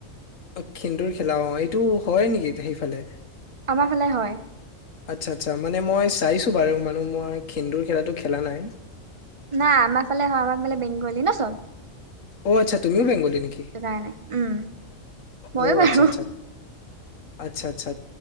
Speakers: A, on the left (about 70°); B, on the right (about 25°).
A: অ' খেন্দুৰ খেলাত অ' এইটো হয় নেকি সেইফালে।
B: আমাৰ ফালে হয়।
A: আচ্ছা আচ্ছা মানে মই চাইছোঁ বাৰু মানে মই সেন্দুৰ খেলাটো খেলা নাই।
B: নাই আমাৰ ফালে হয় আমাৰ ফালে বেংগলী ন চ'ব।
A: অ' আচ্ছা তুমিও বেংগলী নেকি
B: সেইটো কাৰণে উম ময়ো
A: অ
B: বাৰু
A: আচ্ছা আচ্ছা। আচ্ছা আচ্ছা।